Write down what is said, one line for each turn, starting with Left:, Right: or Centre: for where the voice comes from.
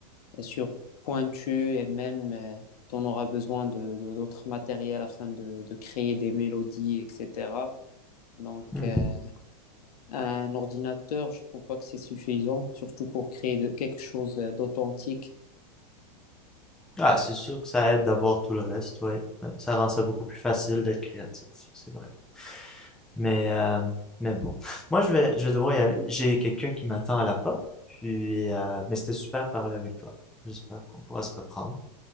Left: euh, sur pointu et même euh, t'en auras besoin de, de- d'autres matériels afin de, de créer des mélodies, etc. Donc,
Centre: Hmm.
Left: euh, un ordinateur, je trouve pas que c'est suffisant, surtout pour créer de- quelque chose euh, d'authentique.
Centre: Ah, c'est sûr que ça aide d'avoir tout le reste, ouais. Ouais, Ça rend ça beaucoup plus facile d'être créatif, c'est vrai. Mais, euh, mais bon. Moi, je vais, je vais devoir y aller. J'ai quelqu'un qui m'attend à la porte. Puis, euh, mais c'était super de parler avec toi. J'espère qu'on pourra se reprendre.